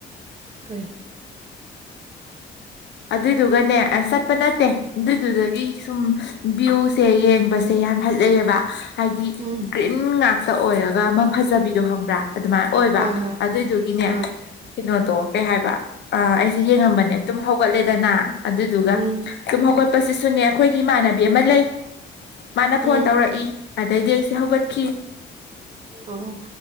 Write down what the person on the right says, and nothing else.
ꯀꯔꯤ
ꯎꯝ
ꯍꯣꯏ ꯍꯣꯏ
ꯑꯥ
ꯎꯝ
ꯎꯝ
ꯑꯣ